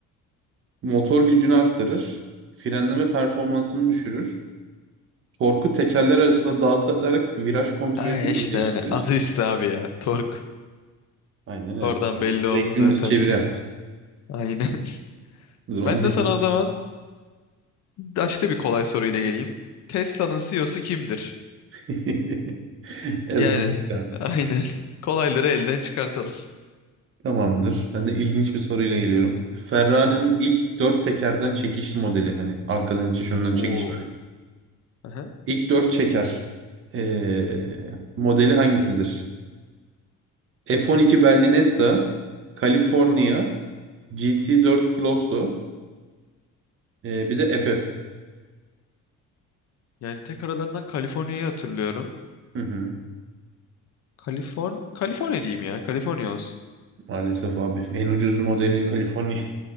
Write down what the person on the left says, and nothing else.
Ay
işte hani adı üstü abi ya. Tork.
Oradan
belli oldu
zaten
direkt.
Aynen. <laughs>
Ben
de sana
o zaman başka bir kolay soruyla geleyim. Tesla'nın CEO'su kimdir?
Yani
aynen. <laughs> Kolayları elden çıkartalım.
Tamam.
Oo.
Aha.
Bin-
Tamam.
Yani tek aralarından Kaliforniya'yı hatırlıyorum.
Kaliforn Kaliforniya diyeyim ya. Kaliforniya olsun.